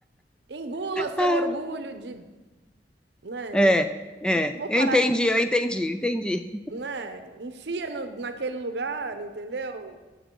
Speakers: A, on the right (about 70°); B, in the centre.
A: Engula seu
B: Ah,
A: orgulho de, né?
B: É,
A: eu não-
B: é,
A: Vou
B: eu
A: parar,
B: entendi,
A: de-
B: eu entendi, eu entendi.
A: né? Enfia no- naquele lugar, entendeu?